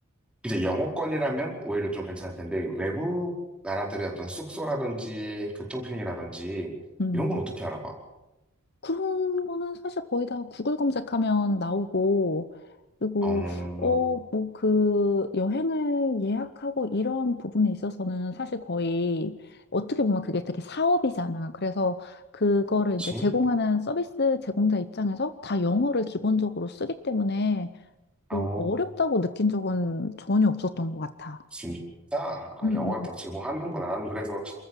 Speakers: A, in the centre; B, on the left.
A: 이제 영어권이라면 오히려 좀 괜찮을 텐데 외국 나라들의 어떤 숙소라든지 교통편이라든지
B: 응.
A: 이런 건 어떻게 알아봐?
B: 그런 거는 사실 거의 다 구글 검색하면 나오고, 그리고,
A: 어,
B: 어, 뭐, 그, 여행을 예약하고 이런 부분에 있어서는 사실 거의, 어떻게 보면 그게 되게 사업이잖아. 그래서 그거를
A: 그치?
B: 이제 제공하는 서비스 제공자 입장에서 다 영어를 기본적으로 쓰기 때문에, 뭐,
A: 어,
B: 어렵다고 느낀 적은 전혀 없었던 것 같아.
A: 진짜 아,
B: 응,
A: 영어를 다 제공하는구나. 나는 그래서